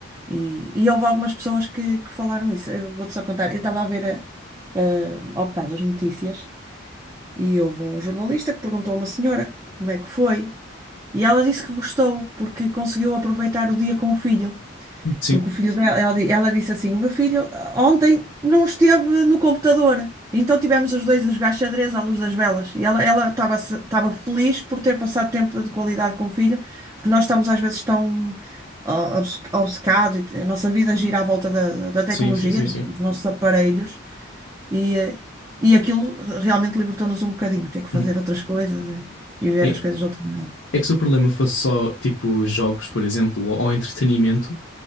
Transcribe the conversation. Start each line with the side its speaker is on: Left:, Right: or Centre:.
Right: E, e houve algumas pessoas que, que falaram isso. Eu vou-te só contar. Eu estava a ver eh, eh, ao bocado as notícias. E houve um jornalista que perguntou a uma senhora como é que foi. E ela disse que gostou, porque conseguiu aproveitar o dia com o filho.
Left: Sim,
Right: Porque o filho dela, ela, di- ela disse assim: O meu filho ah, ontem não esteve no computador. Então tivemos os dois a jogar xadrez à luz das velas. E ela, ela estava se- estava feliz por ter passado tempo de qualidade com o filho, porque nós estamos às vezes tão ah, obce- obcecados, e te- a nossa vida gira à volta da, da tecnologia,
Left: sim, sim, sim,
Right: do-
Left: sim.
Right: dos nossos aparelhos, e, eh, e aquilo realmente libertou-nos um bocadinho, ter que fazer
Left: Uhum.
Right: outras coisas e, e ver
Left: É,
Right: as coisas de outra maneira.
Left: é que se o problema fosse só tipo jogos, por exemplo, ou, ou entretenimento,